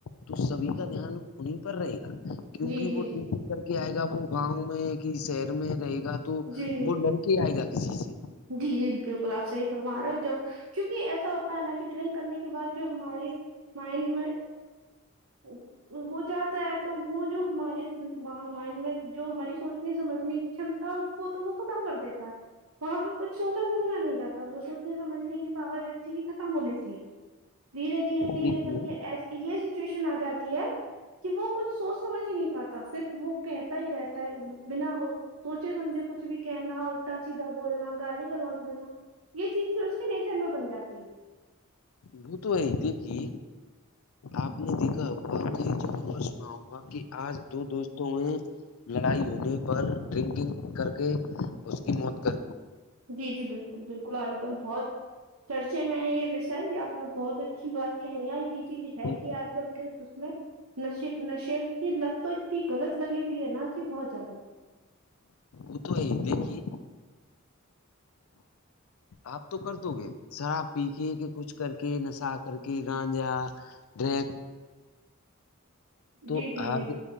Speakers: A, on the left; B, on the right.
A: تو سبھی کا دھیان انہیں پر رہے گا
B: جی
A: کیونکہ
B: جی
A: وہ
B: جی
A: ٹھیک نہیں کر ل آئے گا وہ گاؤں میں کہ شہر میں رہے گا تو
B: جی جی
A: وہ لڑکے آئے گا کسی سے
B: جی جی بالکل آپ صحیح فرما رہے جب کیونکہ ایسا ہوتا ہے نا کہ ڈرنک کرنے کے بعد جو ہماری مائنڈ میں ا <inaudible> وہ چاہتا ہے تو وہ جو ہمارے مائنڈ میں جو ہماری سوچنے سمجھنے کی چمتا پت بخ تام کرد تھا ہے وہاں پھر کچھ سوچا سمجھا نہیں جاتا وہ سوچنے سمجھنے کی پاور ویکتی کی ختم ہو لیتی ہے دھیرے دھیرے دھیرے
A: دیکھیے
B: کر کے ای یہ سچویشن آ جاتی ہے کہ وہ کچھ سوچ سمجھ ہی نہیں پاتا صرف وہ کہتا ہی رہتا ہے بنا سوچے سمجھے کچھ بھی کہنا الٹا چ بولنا گالی گ لوچ دینا یہ چیز پ اس کے نیچر میں بن جاتی ہے
A: بت یہ دیکی آپ نے دیکھا ہوا کہار سنا ہوگا کہ آج دو دوستوں میں لڑائی ہونے پر ڈرنکنگ کر کے اس کی موت کر
B: جی جی بالکل بالکل آج کل بہت چرچے میں یہ وشا یہ آپ نے بہت اچھی بات کہی یہ چیز
A: دی
B: ہے کہ آج کل کے اس میں نشت کی لت تو اتنی غلط لگی ہوئی ہے نا کہ بہت زیادہ
A: ا تو یہ دیکھی
B: جی
A: <unintelligible> آپ تو کر دو گے شراب پی کے کہ کچھ کر کے نشہ کر کے گانجا ٹیک <unintelligible> تو
B: جی جی
A: آگے
B: جی